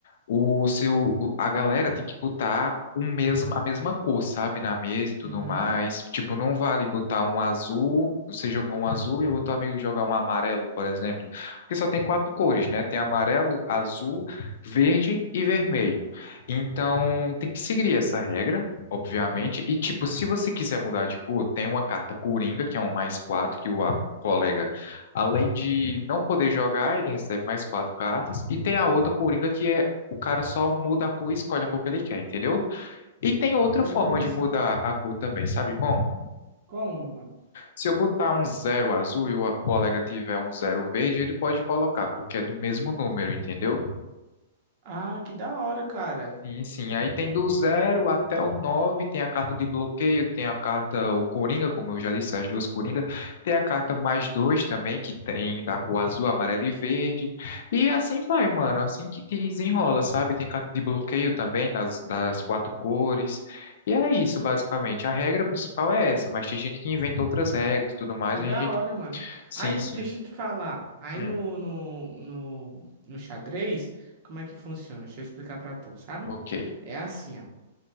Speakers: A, on the left; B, on the right.
A: o seu, o- a galera tem que botar o mesmo, a mesma cor, sabe? Na mesa e tudo
B: Uhum,
A: mais. Tipo, não vale botar um azul, você jogar um azul e o outro amigo jogar um amarelo, por exemplo. Porque só tem quatro cores, né? Tem amarelo, azul, verde e vermelho. Então, tem que seguir essa regra obviamente.
B: uhum.
A: E, tipo, se você quiser mudar de cor, tem uma carta Coringa, que é um mais quatro que o am- colega, além de não poder jogar, ele recebe mais quatro cartas. E tem a outra Coringa, que é o cara só muda a cor e escolhe a cor que ele quer, entendeu? E tem outra
B: Nossa.
A: forma de mudar a cor também, sabe como?
B: Como, meu mano?
A: Se eu botar um zero azul e o a- o colega tiver um zero verde, ele pode colocar, porque é do mesmo número, entendeu?
B: Ah, que da hora, cara.
A: Sim, sim. Aí tem do zero até o nove tem a carta de bloqueio, tem a carta, o Coringa, como eu já disse, as duas Coringa. Tem a carta mais dois também, que tem da cor azul, amarelo e verde. E assim vai, mano, assim que desenrola, sabe? Tem carta de bloqueio também, das, das quatro cores. E é isso, basicamente. A regra principal é essa, mas tem gente que inventa outras regras e tudo mais.
B: Que
A: A
B: da
A: gente...
B: hora, mano.
A: Sim,
B: Aí,
A: sim.
B: deixa eu te falar. Aí
A: Hum,
B: no, no, no, no xadrez, como é que funciona? Deixa eu explicar pra tu, sabe?
A: ok.
B: É assim, ó.